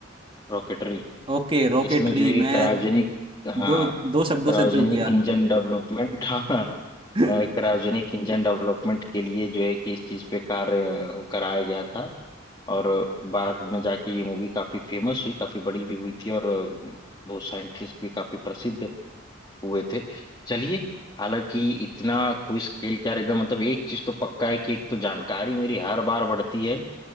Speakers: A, on the left; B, on the right.
A: रॉकेटरी
B: Okay rocketry
A: इसमें जो है कि
B: मैं
A: क्रायोजेनिक हाँ
B: दो दो शब्दों
A: क्रायोजेनिक
B: से चूक गया
A: इंजन डेवलपमेंट हाँ
B: <laughs>
A: क्रायोजेनिक इंजन डेवलपमेंट के लिए जो है कि इस चीज पे कार्य कराया गया था और बाद में जाके ये मूवी काफी फेमस हुई काफी बड़ी भी हुई थी और वो साइंटिस्ट भी काफी प्रसिद्ध हुए थे चलिए हालांकि इतना क्विज खेल के यार एकदम मतलब एक चीज तो पक्का है कि एक तो जानकारी मेरी हर बार बढ़ती है